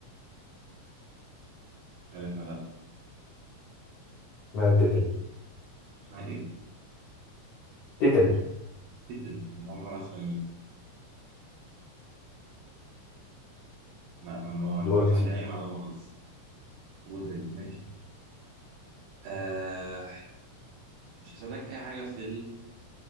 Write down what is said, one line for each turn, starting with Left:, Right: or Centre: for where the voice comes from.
Right: مش عارف لا
Left: اسمها تتل
Right: اسمها ايه؟
Left: تتل
Right: تيتل انا اول مره اسمع النوع ده لا انا ما
Left: دورك
Right: كانش
Left: يا
Right: عندي
Left: سيدي
Right: اي معلومه خالص ابو زيد ماشي آه مش هسألك اي حاجه في ال